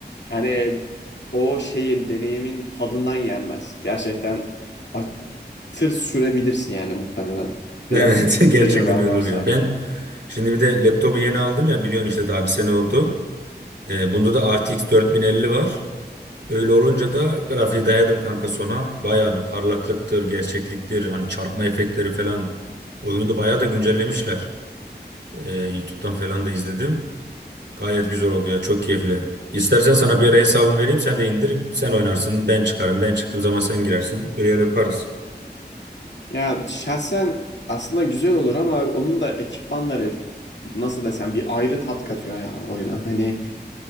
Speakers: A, on the left; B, on the right.
A: Yani o şeyin, deneyimin tadından yenmez. Gerçekten a- tır sürebilirsin yani muhtemelen. Birazcık
B: Evet <laughs> gerçekten
A: tecrüben
B: öyle
A: varsa.
B: oluyor. Ben şimdi bir de laptopu yeni aldım ya biliyorsun işte daha bir sene oldu. E, bunda da RTX 4050 var. Öyle olunca da grafiği dayadım kanka sona. Bayağı bir parlaklıktır, gerçekliktir. Hani çarpma efektleri falan. Oyunu da bayağı da güncellemişler. E, YouTube'dan falan da izledim. Gayet güzel oldu ya. Çok keyifli. İstersen sana bir ara hesabımı vereyim. Sen de indir. Sen oynarsın. Ben çıkarım. Ben çıktığım zaman sen girersin. Öyle yaparız.
A: Ya şahsen aslında güzel olur ama onun da ekipmanları nasıl desem bir ayrı tat katıyor ya oyuna. Hani